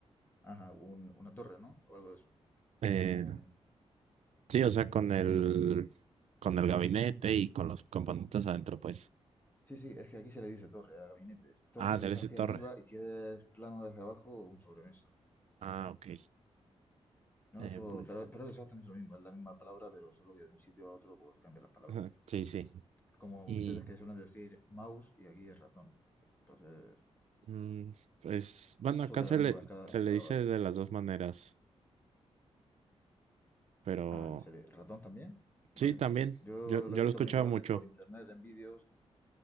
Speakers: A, on the left; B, on the right.
A: Ajá, un- una torre, ¿no? O algo de eso.
B: Eh,
A: Un-
B: sí, o sea, con el, con el gabinete y con los componentes adentro, pues.
A: Sí, sí, es que aquí se le dice torre a gabinetes. Torre
B: Ah,
A: si
B: Celeste
A: es hacia
B: Torre.
A: arriba y si es plano desde abajo, un sobremesa.
B: Ah, ok.
A: No,
B: Eh,
A: eso,
B: pues,
A: pero, pero es exactamente lo mismo, es la misma palabra, pero solo que de un sitio a otro pues cambian las palabras.
B: ajá, sí, sí.
A: Como
B: Y
A: ustedes que suelen decir mouse y aquí es ratón. Entonces,
B: mm, pues, bueno,
A: uso
B: acá
A: de
B: se
A: la lengua
B: le,
A: en cada,
B: se
A: en
B: le
A: cada
B: dice
A: país.
B: de las dos maneras, pero
A: Ah, ¿le sale ratón también?
B: sí,
A: Vale.
B: también.
A: Yo
B: Yo, yo
A: lo he visto
B: lo he escuchado
A: principalmente
B: mucho.
A: por internet, en vídeos,